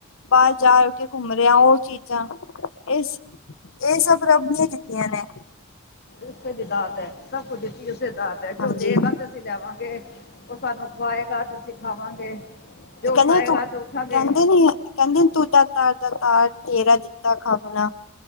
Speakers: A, on the left; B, on the left.
A: ਬਾਹਰ ਜਾ ਕੇ ਘੁੰਮ ਰਿਹਾ ਉਹ ਚੀਜ਼ਾਂ, ਇਸ ਇਹ ਸਭ ਰੱਬ ਦੀਆਂ ਕੀਤੀਆਂ ਨੇ
B: ਉਸੇ ਵੀ ਦਾਤ ਹੈ ਸਭ ਕੁਝੀ ਉਸੇ ਦਾਤ ਹੈ
A: ਹਾਂਜੀ
B: ਜੋ ਦੇਗਾ ਤੇ ਅਸੀਂ ਲਵਾਂਗੇ, ਉਹ ਸਾਨੂੰ ਖਵਾਏਗਾ, ਅੱਜ ਅਸੀਂ ਖਾਵਾਂਗੇ
A: ਤੇ
B: ਜੇ ਉਠਾਏਗਾ
A: ਕਹਿੰਦੇ ਤੂੰ
B: ਤੇ ਉੱਠਾਂਗੇ
A: ਕਹਿੰਦੇ ਨੀ ਕਹਿੰਦੇ ਤੂੰ ਤਾਂ ਤਾਰ ਦਾ ਤਾਰ ਤੇਰਾ ਦਿੱਤਾ ਖਾਣਾ